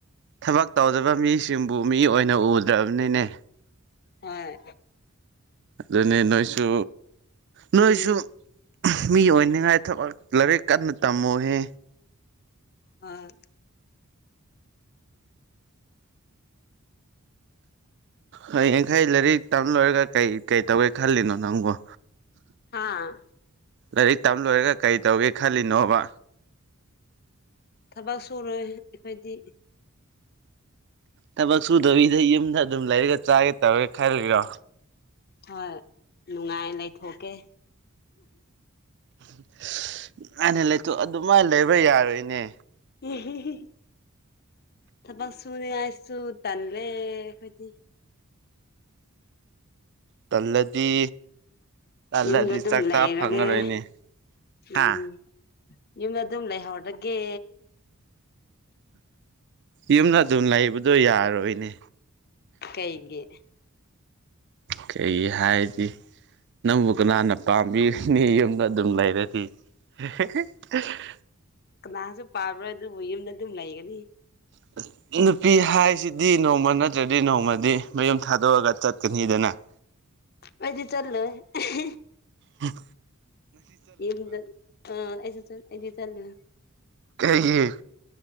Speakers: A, on the right; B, on the left.
A: ꯊꯕꯛ ꯇꯧꯗꯕ ꯃꯤꯁꯤꯡꯕꯨ ꯃꯤ ꯑꯣꯏꯅ ꯎꯗ꯭ꯔꯕꯅꯤꯅꯦ
B: ꯍꯥꯏ
A: ꯑꯗꯨꯅꯤ ꯅꯣꯏꯁꯨ ꯅꯣꯏꯁꯨ
B: ꯎꯝ
A: ꯃꯤ ꯑꯣꯏꯅꯤꯡꯉꯥꯏ ꯊꯕꯛ ꯂꯥꯏꯔꯤꯛ ꯀꯟꯅ ꯇꯝꯃꯨꯍꯦ
B: ꯎꯝ
A: ꯍꯌꯦ ꯌꯥꯡꯈꯩ ꯂꯥꯏꯔꯤꯛ ꯇꯝ ꯂꯣꯏꯔꯒ ꯀꯩ ꯀꯩ ꯇꯧꯏ ꯈꯜꯂꯤꯅꯣ ꯅꯪꯕꯨꯣ
B: ꯍꯥꯥ
A: ꯂꯥꯏꯔꯤꯛ ꯇꯝ ꯂꯣꯏꯔꯒ ꯀꯔꯤ ꯇꯧꯒꯦ ꯈꯜꯂꯤꯅꯣꯕ
B: ꯊꯕꯛ ꯁꯨꯔꯣꯏ ꯑꯩꯈꯣꯏꯗꯤ
A: ꯊꯕꯛ ꯁꯨꯗꯧꯔꯤꯗ ꯌꯨꯝꯗ ꯑꯗꯨꯝ ꯂꯩꯔꯒ ꯆꯥꯒꯦ ꯇꯧꯔꯦ ꯈꯜꯂꯤꯔꯣ
B: ꯍꯣꯏ ꯅꯨꯡꯉꯥꯏ ꯂꯩꯊꯣꯛꯀꯦ
A: <unintelligible> ꯑꯅꯦ ꯂꯩꯇꯨ ꯑꯗꯨꯃꯥꯏꯅ ꯂꯩꯕ ꯌꯥꯔꯣꯏꯅꯦ
B: <unintelligible> ꯊꯄꯛꯁꯨꯅꯦ ꯑꯥꯏꯁꯨ ꯇꯟꯂꯦ ꯈꯣꯏꯗꯤ
A: ꯇꯜꯂꯗꯤ ꯇꯜꯂꯗꯤ
B: ꯌꯨꯝꯗ ꯑꯗꯨꯝ
A: ꯆꯥꯛ
B: ꯂꯩꯔꯒꯦ
A: ꯆꯥ ꯐꯪꯉꯔꯣꯏꯅꯦ
B: ꯎꯝ
A: ꯍꯥ
B: ꯌꯨꯝ ꯑꯗꯨꯝ ꯂꯩꯍꯧꯔꯒꯦ
A: ꯌꯨꯝꯗ ꯑꯗꯨꯝ ꯂꯩꯕꯗꯣ ꯌꯥꯔꯣꯏꯅꯦ
B: ꯀꯩꯒꯤ
A: ꯀꯩ ꯍꯥꯏꯗꯤ ꯅꯪꯕꯨ ꯀꯅꯥꯅ ꯄꯥꯝꯕꯤꯔꯤꯅꯤ ꯌꯨꯝꯕ ꯑꯗꯨꯝ ꯂꯩꯔꯗꯤ <unintelligible>
B: ꯀꯅꯥꯁꯨ ꯄꯥꯕ꯭ꯔꯥ ꯑꯗꯨꯕꯨ ꯌꯨꯝꯗ ꯑꯗꯨꯝ ꯂꯩꯒꯅꯤ
A: <inaudible> ꯅꯨꯄꯤ ꯍꯥꯏꯁꯤꯗꯤ ꯅꯣꯡꯃ ꯅꯠꯇ꯭ꯔꯗꯤ ꯅꯣꯡꯃꯗꯤ ꯃꯌꯨꯝ ꯊꯥꯗꯣꯛꯑꯒ ꯆꯠꯀꯅꯤꯗꯅ <inaudible>
B: ꯑꯩꯗꯤ ꯆꯠꯂꯣꯏ <unintelligible>
A: ꯎꯝ
B: ꯌꯨꯝꯗ ꯑꯩꯁꯨ ꯆꯠ ꯆꯠꯂꯅꯤ
A: ꯀꯩꯒꯤ